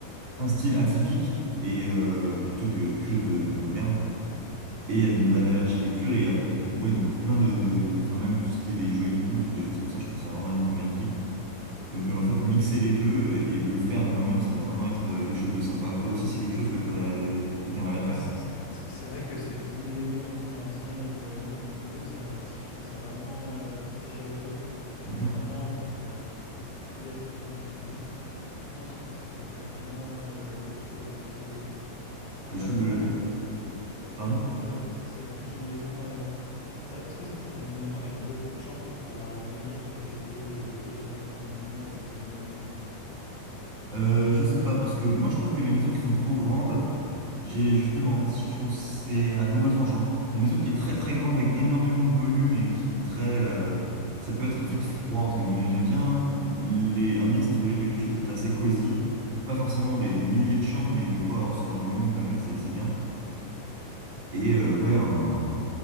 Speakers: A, on the right (about 45°); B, on the left (about 85°).
A: un style atypique et euh, plutôt que que
B: Très chaleureux.
A: de, du moderne. Et
B: Mm.
A: il y a de la belle architecture et il y a ouais donc plein de de de enfin même tout ce qui est des jolies poutres ou des choses comme ça, je trouve ça vraiment magni- magnifique. Donc euh,
B: Mhm.
A: en fait mixer les deux euh, et le faire de moi-même, ça doit vraiment être euh, quelque chose de sympa. Toi aussi c'est quelque chose que t'aurais que t'aimerais bien faire?
B: C'est c'est- c'est- c'est vrai que cette combinaison entre l'ancien et le, et le nouveau, ça, je trouve ça vraiment euh, très chaleureux
A: Mhm.
B: et vraiment euh, très atypique, comme tu le dis. Et je pense que ça peut faire vraiment euh, quelque chose de très joli. Après,
A: Le, ch- le
B: toi, ta, mais- ta, ta
A: pardon?
B: future maison, ça serait plus une maison. euh, c'est ça. Est-ce que ça sera une maison avec beaucoup de chambres pour pouvoir accueillir et fêter et, de- et passer de bons moments avec des amis, la famille, etc.
A: Euh, je sais pas, parce que moi je trouve que les maisons qui sont trop grandes, j'ai justement, je trouve que c'est à double tranchant. Une maison qui est très très grande avec énormément de volume et qui est très, euh, ça peut être vite froid entre guillemets. J'aime bien les, un mix entre les deux, quelque chose d'assez cosy, pas forcément des, des milliers de chambres, mais de quoi recevoir du monde quand même, c'est c'est bien. Et euh, ouais, un,